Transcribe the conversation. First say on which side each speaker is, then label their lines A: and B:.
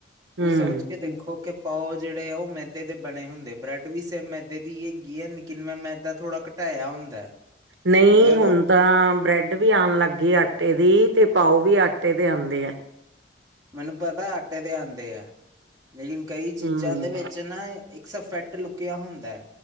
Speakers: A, on the right; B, on the right.
A: ਤੁਸੀਂ
B: ਹੂੰ।
A: ਸੋਚ ਕੇ ਦੇਖੋ ਕਿ ਪਾਓ ਆ ਜਿਹੜੇ ਆ ਉਹ ਮੈਦੇ ਦੇ ਬਣੇ ਹੁੰਦੇ, ਬ੍ਰੈਡ ਵੀ ਸੇਮ ਮੈਦੇ ਦੀ ਹੈਗੀ ਐ ਕੀਨਾ ਮੈਦਾ ਮੈਦ ਥੋੜ੍ਹਾ ਘਟਾਇਆ ਹੁੰਦਾ।
B: ਨਹੀਂ
A: ਜਦੋਂ
B: ਹੁਣ ਤਾਂ ਬ੍ਰੈਡ ਡ ਵੀ ਆਉਣ ਲੱਗ ਗਈ ਆ ਆਟੇ ਦੀ ਤੇ ਪਾਓ ਵੀ ਆਟੇ ਦੇ ਆਉਂਦੇ ਆ।
A: ਮੈਨੂੰ ਪਤਾ ਆਟੇ ਦੇ ਆਦੇ ਆ, ਲੇਕਿਨ ਕਈ ਚੀਜ਼ਾਂ
B: ਹੂੰ,
A: ਦੇ ਵਿੱਚ ਨਾ ਇੱਕਸਾ ਫੈਟ ਲੁਕਿਆ ਹੁੰਦਾ,